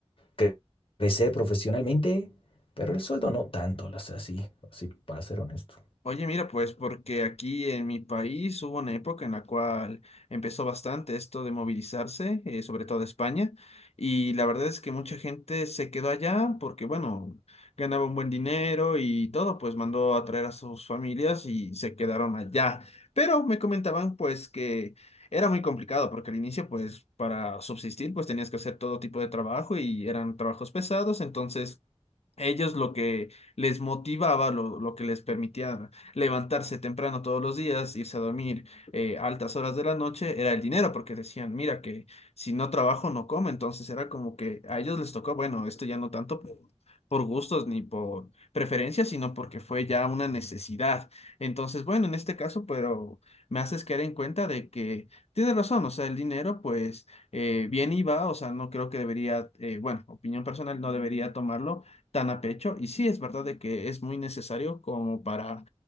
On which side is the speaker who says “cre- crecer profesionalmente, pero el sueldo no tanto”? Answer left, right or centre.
Left